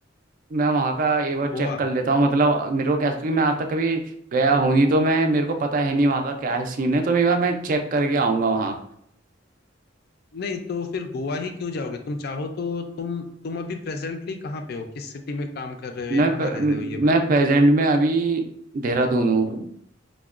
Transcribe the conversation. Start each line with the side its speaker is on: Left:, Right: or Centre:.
Right: मैं वहाँ का एक बार चेक
Left: गोवा
Right: कर लेता हूँ मतलब मेरे को क्या क्योंकि मैं आज तक कभी गया हूँ नहीं तो मैं मेरे को पता है नहीं वहाँ का क्या है सीन है तो मैं एक बार मैं चेक करके आऊँगा वहाँ
Left: नहीं तो फिर गोवा ही क्यों जाओगे तुम चाहो तो तुम तुम अभी प्रेजेंटली कहाँ पे हो किस सिटी में काम कर रहे हो
Right: मैं
Left: या कहाँ
Right: प-
Left: रह
Right: मैं
Left: रहे हो ये बताओ
Right: प्रेजेंट में अभी देहरादून हूँ